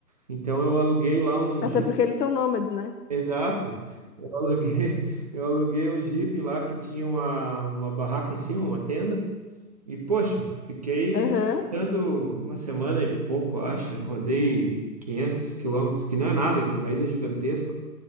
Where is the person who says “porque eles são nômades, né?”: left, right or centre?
Left